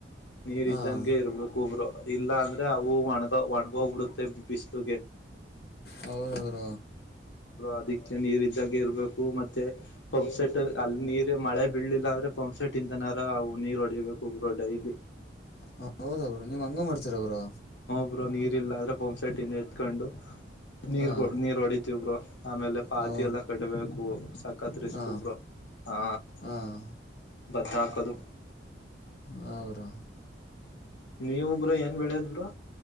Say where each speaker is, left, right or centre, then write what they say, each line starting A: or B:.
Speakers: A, on the left; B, on the left.
A: ನೀರ್
B: ಹಾಂ
A: ಇದ್ದಂಗೆ ಇರಬೇಕು ಒಬ್ರು ಇಲ್ಲ ಅಂದ್ರೆ ಅವು ಒಣಗ ಒಣಗೋಗ್ಬಿಡುತ್ತೆ ಬಿಸ್ಲುಗೆ.
B: ಹೌದೌದ
A: ಅದಕ್ಕೆ ನೀರ್ ಇದ್ದಾಗ ಇರ್ಬೇಕು ಮತ್ತೆ ಪಂಪ್ ಸೆಟ್ ಅಲ್ಲಿ ನೀರ್ ಮಳೆ ಬಿೀಲಿಲ್ಲ ಅಂದ್ರೆ ಪಂಪ್. ಸೆಟ್ಟಿಂದನಾರ ಅವು ನೀರು ಹೊಡಿಬೇಕು್ರಡೈಲ್ಲಿ
B: ಹ ಹೌದ ಅವ್ರರು ನೀವ್ ಹಂಗ ಮಾಡ್ತೀರ ಅವರು
A: ಇಬ್ರು ನೀರ್ ಇಲ್ಲಾಂದ್ರೆ ಪಂಪ್ ಸೈಟ್ ಇಂದ ಎತ್ಕೊಂಡು ನೀರ್
B: ಹಾಂ
A: ಕೊ ನೀರ್ ಹೊಡತಿ ಇಬ್ರು ಆಮೇಲೆ ಪಾತಿ
B: ಹೌ
A: ಎಲ್ಲ ಕಟ್ಬೇಕು ಸಕತ್ ರ ಸ್ಕೊಬ್ರು
B: ಹಾಂ
A: ಹಾ
B: ಹಾಂ
A: ಬತಾವಕುದುು
B: ಹಾಂ ಬ್ರೋ
A: ನೀವಬ್್ರ ಏನ್ ಬೆಳೆಯದರು